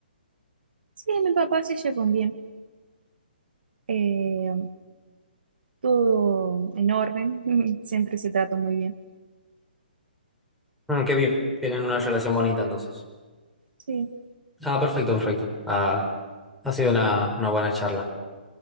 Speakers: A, on the right; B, in the centre.
A: Sí, mis papás se llevan bien. Eh, todo en orden, <laughs> siempre se trata muy bien.
B: Mm, qué bien, tienen una relación bonita entonces.
A: Sí.
B: Ah, perfecto, perfecto. Ah, ha sido una, una buena charla.